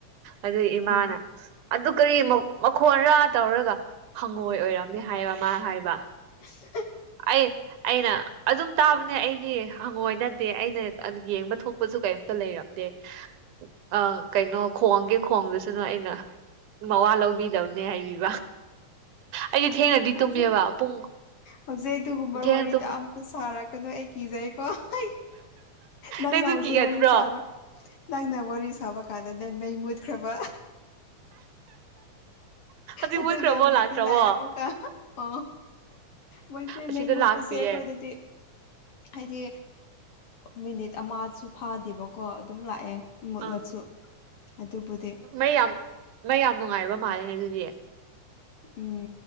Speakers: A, on the right; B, on the left.
A: ꯑꯗꯨꯒꯤ ꯏꯃꯥꯅ
B: ꯍꯧꯖꯤꯛ
A: ꯑꯗꯨ ꯀꯔꯤ ꯃꯈꯣꯟꯔꯥ ꯇꯧꯔꯒ ꯍꯪꯉꯣꯏ ꯑꯣꯏꯔꯝꯃꯦ ꯍꯥꯏꯕ ꯃꯥ ꯍꯥꯏꯕ
B: <inaudible>
A: ꯑꯩ ꯑꯩꯅ ꯑꯗꯨꯝ ꯇꯥꯕꯅꯦ ꯑꯩꯗꯤ ꯍꯪꯉꯣꯏ ꯅꯠꯇꯦ ꯑꯩꯅ ꯌꯦꯡꯕ ꯊꯣꯛꯄꯁꯨ ꯀꯔꯤꯃꯇ ꯂꯩꯔꯝꯗꯦ ꯇꯦ ꯑꯥ ꯀꯩꯅꯣ ꯈꯣꯡꯒꯦ ꯈꯣꯡꯖꯁꯅꯨ ꯑꯩꯅ ꯃꯋꯥ ꯂꯧꯕꯤꯗꯕꯅꯦ ꯍꯥꯏꯕꯤꯕ ꯑꯩꯗꯤ ꯊꯦꯡꯅꯗꯤ
B: ꯍꯧꯖꯤꯛ
A: ꯇꯨꯝꯃꯦꯕ ꯄꯨꯡ
B: ꯍꯧꯖꯤꯛ ꯑꯗꯨꯒꯨꯝꯕ
A: ꯊꯦꯡꯅ
B: ꯋꯥꯔꯤ
A: ꯇꯨꯝ
B: ꯇꯥꯕ ꯑꯗꯨ ꯁꯥꯔꯛꯀꯅꯣ ꯑꯩ ꯀꯤꯖꯩꯀꯣ ꯑꯩ ꯅꯪꯅ
A: ꯅꯪꯁꯨ
B: ꯍꯧꯖꯤꯛ
A: ꯀꯤꯒꯟꯕ꯭ꯔꯣ
B: ꯋꯥꯔꯤ ꯁꯥꯥꯕ ꯅꯪꯅ ꯋꯥꯔꯤ ꯁꯥꯕ ꯀꯥꯟꯗ ꯅꯪ ꯃꯩ ꯃꯨꯠꯈ꯭ꯔꯕ
A: ꯍꯧꯖꯤꯛ
B: ꯑꯗꯨꯒꯤ
A: ꯃꯨꯠꯈ꯭ꯔꯕꯣ
B: ꯍꯧꯖꯤꯛꯇꯤ
A: ꯂꯥꯛꯇ꯭ꯔꯕꯣ
B: ꯂꯥꯛꯑꯦ ꯑꯃꯨꯛꯀ ꯑꯣ ꯃꯣꯏꯁꯦ
A: ꯑꯁꯤꯗ
B: ꯃꯩ ꯃꯨꯠꯄꯁꯦ
A: ꯂꯥꯛꯇ꯭ꯔꯤꯌꯦ
B: ꯑꯩꯈꯣꯏꯗꯗꯤ ꯍꯥꯏꯗꯤ ꯃꯤꯅꯤꯠ ꯑꯃꯁꯨ ꯐꯥꯗꯦꯕꯀꯣ ꯑꯗꯨꯝ ꯂꯥꯛꯑꯦ ꯃꯨꯠꯂꯁꯨ
A: ꯑ
B: ꯑꯗꯨꯕꯨꯗꯤ
A: ꯃꯩ ꯌꯥꯝ ꯃꯩ ꯌꯥꯝ ꯅꯨꯡꯉꯥꯏꯕ ꯃꯥꯜꯂꯦꯅꯦ ꯑꯗꯨꯗꯤ
B: ꯎꯝ